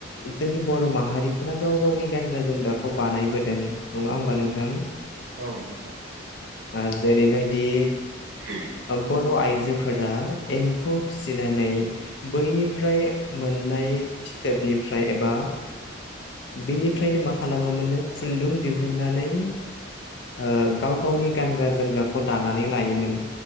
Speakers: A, on the left; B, on the right.
A: जोंनि बर' माहारिफोरा गाव गावनि गानग्रा जोमग्राखौ बानायबोदों नङा होमबा नोंथां
B: औ नंगौ
A: आ जेरै बायदि
B: <unintelligible>
A: बर' आइजोफोरा एम्फौ फिसिनानै बैनिफ्राय मोननाय फिथोबनिफ्राय एबा बिनिफ्रायनो मा खालामोमोननो खुन्दुं दिहुननानै ओ गाव गावनि गानग्रा जोमग्राखौ दानानै लायोमोन